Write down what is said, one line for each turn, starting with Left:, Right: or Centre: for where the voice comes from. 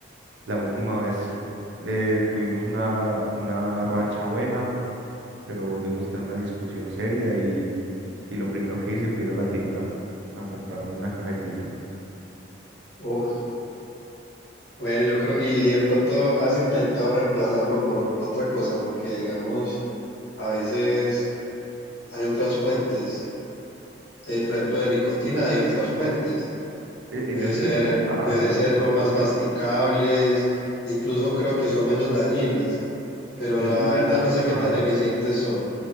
Right: La última vez eh, tuvimos una, una racha buena, pero volvimos a tener una discusión seria y, y lo primero que hice fue ir a la tienda a comprarme una cajetilla.
Left: Uf, bueno, yo creo, y de pronto has intentado reemplazarlo por, por otra cosa, porque digamos, a veces hay otras fuentes, de, por ejemplo, de nicotina hay otras fuentes.
Right: Eh, eh,
Left: Puede
Right: yo sí
Left: ser,
Right: lo he intentado,
Left: puede
Right: yo
Left: ser
Right: sí,
Left: gomas
Right: yo sí,
Left: masticables, incluso creo que son menos dañinas, pero
Right: yo
Left: la
Right: sí lo
Left: verdad
Right: he intentado,
Left: no sé qué tan eficientes son.